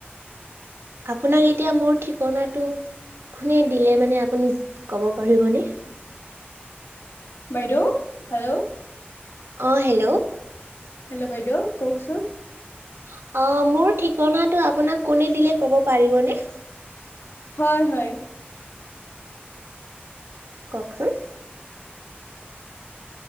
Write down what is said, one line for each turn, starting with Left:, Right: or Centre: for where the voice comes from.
Right: আপোনাক এতিয়া মোৰ ঠিকনাটো কোনে দিলে মানে? আপুনি ক'ব পাৰিব নে?
Left: বাইদেউ হেল্ল'
Right: অঁ হেল্ল'
Left: হেল্ল' বাইদেউ, কওকচোন
Right: অ, মোৰ ঠিকনাটো আপোনাক কোনে দিলে ক'ব পাৰিবনে?
Left: হয় হয়।
Right: কওকচোন?